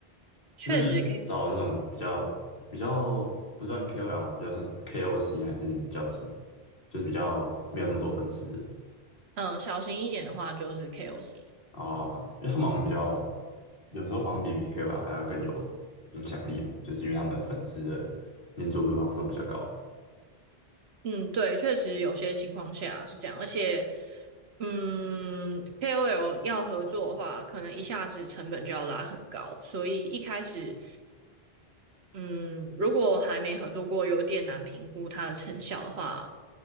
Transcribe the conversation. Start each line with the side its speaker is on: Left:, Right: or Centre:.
Right: 确实可以，
Left: 这就是找那种比较比较不算 KOL 嘛，比较算什么 KOC 还是你们叫什么？就是比较没有那么多粉丝的
Right: 嗯、小心一点的话就是 KOC，
Left: 啊，因为他们好像比较有时候好像比比 KOL 还要更有影响力吧，就是因为他们的粉丝的粘着度好像都比较高。
Right: 嗯，对，确实有些情况下是这样，而且嗯 KOL 要合作的话，可能一下子成本就要拉很高，所以一开始嗯，如果还没合作过，有点难评估它的成效的话，